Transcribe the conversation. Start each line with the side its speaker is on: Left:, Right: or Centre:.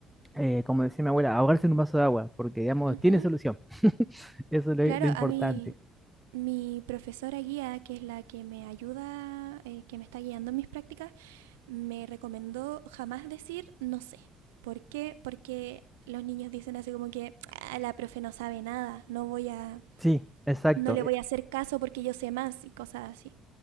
Centre: eh, como decía mi abuela, ahogarse en un vaso de agua porque, digamos,
Right: ujú.
Centre: tiene solución. <laughs> Eso es lo
Right: Claro,
Centre: lo importante.
Right: a mí, mi profesora guía, que es la que me ayuda, eh, que me está guiando en mis prácticas, me recomendó jamás decir no sé. ¿Por qué? Porque los niños dicen así como que "Ah, la profe no sabe nada, no voy a
Centre: Sí, exacto,
Right: no le
Centre: eh,
Right: voy a hacer caso porque yo sé más y cosas así.